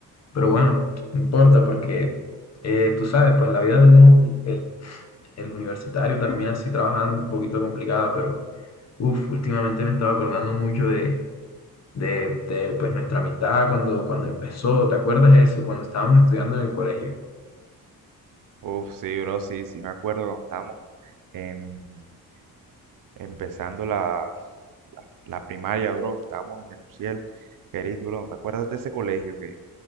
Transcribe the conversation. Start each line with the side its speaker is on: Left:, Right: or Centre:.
Left: pero bueno, no importa porque eh, tú sabes, pues la vida de un, el, el universitario también así trabajando es un poquito complicada, pero, uff, últimamente me estaba acordando mucho de, de, pues nuestra amistad cuando, cuando empezó, ¿te acuerdas eso? Cuando estábamos estudiando en el colegio.
Right: Uf, sí, bro, sí, sí me acuerdo cuando estábamos en- empezando la, la, la primaria, bro, que estábamos en el UCIEL. Querido, bro, ¿no te acuerdas de ese colegio que